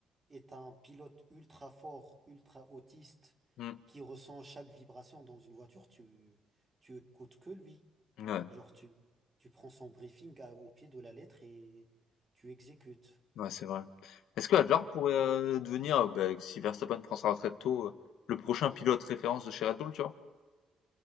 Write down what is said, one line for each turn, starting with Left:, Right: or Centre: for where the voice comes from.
Right: et tu un pilote ultra fort, ultra autiste,
Left: Hmm.
Right: qui ressent chaque vibration dans une voiture, tu, tu écoutes que lui.
Left: Ouais.
Right: Genre, tu, tu prends son briefing à- au pied de la lettre et tu exécutes.
Left: Ouais, c'est vrai. Est-ce que Adler pourrait, heu, devenir, heu, beh, si Verstappen prend sa retraite tôt, heu, le prochain pilote référence de chez Red Bull, tu vois?